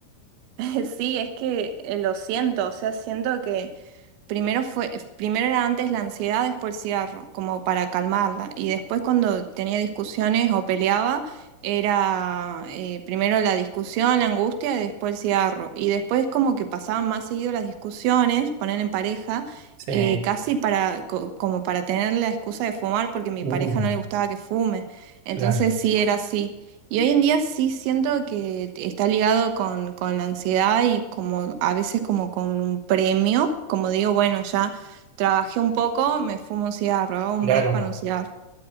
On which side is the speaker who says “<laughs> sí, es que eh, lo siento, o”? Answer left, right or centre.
Right